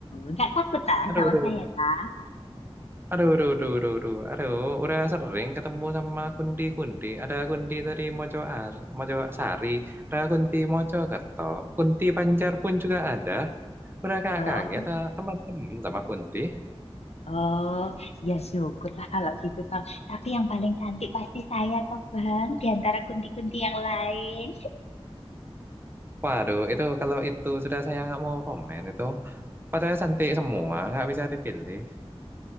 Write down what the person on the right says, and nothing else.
Aduh,
aduh,
aduh,
aduh, aduh, aduh, aduh, aduh, aduh. udah sering ketemu sama kundi-kundi. Ada kundi dari Mojo Ar, Mojo Sari, ada kundi Mojo Kerto, kundi Pancar pun juga ada. Udah kak
kaget ah, teman-teman sama kunti.
Waduh, itu kalau itu sudah saya nggak mau komen itu. Padahal cantik semua, nggak bisa dipilih.